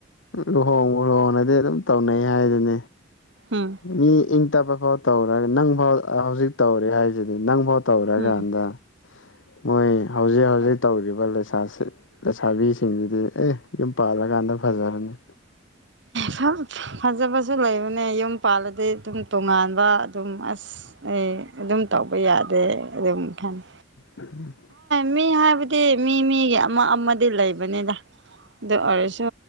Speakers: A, on the left; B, on the right.
A: ꯂꯨꯍꯣꯡ ꯂꯨꯍꯣꯡꯅꯗꯤ ꯑꯗꯨꯝ ꯇꯧꯅꯩ ꯍꯥꯏꯗꯨꯅꯤ
B: ꯎꯝ
A: ꯃꯤ ꯏꯪ ꯇꯞꯄ ꯐꯥꯎ ꯇꯧꯔꯒ ꯅꯪ ꯐꯥꯎ ꯍꯧꯖꯤꯛ ꯇꯧꯔꯦ ꯍꯥꯏꯁꯤꯗꯤ ꯅꯪ ꯐꯥꯎ ꯇꯧꯔꯒꯥꯟꯗ
B: ꯎꯝ
A: ꯃꯣꯏ ꯍꯧꯖꯤꯛ ꯍꯧꯖꯤꯛ ꯇꯧꯔꯤꯕ ꯂꯩꯁꯥꯁꯤ ꯂꯩꯁꯥꯕꯤꯁꯤꯡꯁꯤꯗꯤ ꯑꯦ ꯌꯨꯝ ꯄꯥꯜꯂꯀꯥꯟꯗ ꯐꯖꯔꯅꯤ
B: ꯐ ꯐꯖꯕꯁꯨ ꯂꯩꯕꯅꯦ ꯌꯨꯝ ꯄꯥꯜꯂꯗꯤ ꯑꯗꯨꯝ ꯇꯣꯉꯥꯟꯕ ꯑꯗꯨꯝ ꯑꯁ ꯑꯩ ꯑꯗꯨꯝ ꯇꯧꯕ ꯌꯥꯗꯦ ꯑꯗꯨꯝ ꯈꯅ
A: ꯎꯝ
B: ꯃꯤ ꯍꯥꯏꯕꯗꯤ ꯃꯤ ꯃꯤꯒꯤ ꯑꯃ ꯑꯃꯗꯤ ꯂꯩꯕꯅꯤꯗ ꯑꯗꯨ ꯑꯣꯏꯔꯁꯨ